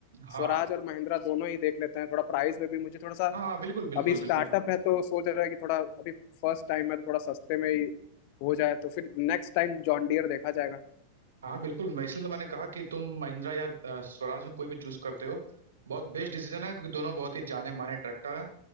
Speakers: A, on the right; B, on the left.
A: हाँ
B: स्वराज और महिंद्रा दोनों ही देख लेते हैं थोड़ा प्राइस में भी मुझे थोड़ा सा
A: हाँ हाँ, बिल्कुल बिल्कुल
B: अभी स्टार्टअप
A: बिल्कुल
B: है तो सोच रहा है कि थोड़ा अभी फर्स्ट टाइम है तो थोड़ा सस्ते में ही हो जाए तो फिर नेक्स्ट टाइम जॉन डियर देखा जाएगा
A: हाँ बिल्कुल मैं इसलिए तो मैंने कहा कि तुम महिंद्रा या अ, स्वराज में कोई भी चूज करते हो बहुत बेस्ट डिसीजन है क्योंकि दोनों बहुत ही जाने माने ट्रैक्टर हैं